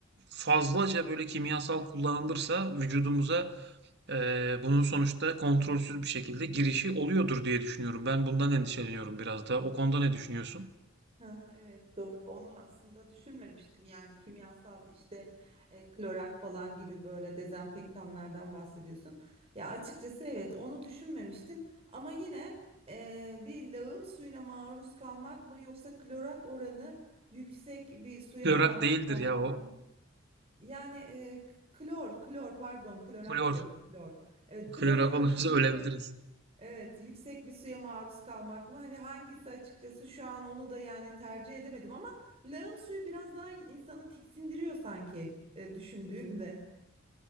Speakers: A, on the right (about 60°); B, on the right (about 30°).
A: fazlaca böyle kimyasal kullanılırsa vücudumuza eee, bunun sonuçta kontrolsüz bir şekilde girişi oluyordur diye düşünüyorum. Ben bundan endişeleniyorum biraz da. O konuda ne düşünüyorsun?
B: Ha, evet doğru onu aslında düşünmemiştim yani kimyasal işte e, klorak falan gibi böyle dezenfektanlardan bahsediyorsun. Ya açıkçası evet onu düşünmemiştim ama yine e, bir lağım suyuna maruz kalmak mı yoksa klorak oranı yüksek bir suya
A: Klorak
B: maruz
A: değildir
B: kalmak
A: ya o.
B: mı? Yani e, k- klor klor pardon klorak
A: Klor.
B: diyorum klor. E, klor
A: Klorak
B: oranı
A: olursa
B: yüksek.
A: ölebiliriz.
B: Evet, yüksek bir suya maruz kalmak mı? Hani hangisi açıkçası şu an onu da yani tercih edemedim ama lağım suyu biraz daha insanı tiksindiriyor sanki e, düşündüğünde.